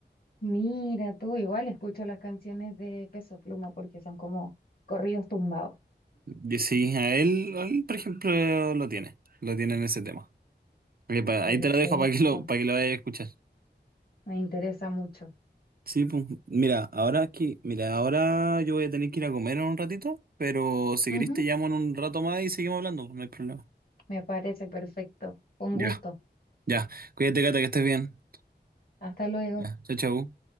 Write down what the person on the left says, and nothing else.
Mira tú, igual escucho las canciones de Peso Pluma porque son como corridos tumbados.
Perfecto,
me interesa mucho.
Ujú,
Me parece perfecto. Con
gusto.
Hasta luego.